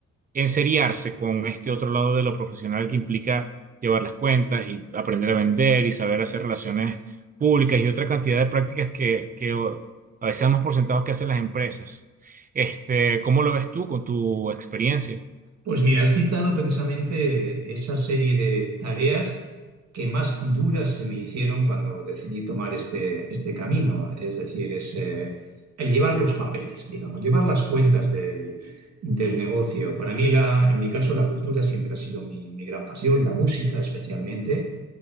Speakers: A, on the right; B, on the right.
A: enseriarse con este otro lado de lo profesional que implica llevar las cuentas y aprender a vender y saber hacer relaciones públicas y otra cantidad de prácticas que, que a veces damos por sentados que hacen las empresas. Este, ¿cómo lo ves tú con tu experiencia?
B: Pues mira, has citado precisamente esa serie de tareas que más duras se me hicieron cuando decidí tomar este, este camino, es decir, es, eh, el llevar los papeles, digamos, llevar las cuentas del, del negocio. Para mí, la, en mi caso, la cultura siempre ha sido mi, mi gran pasión, la música especialmente.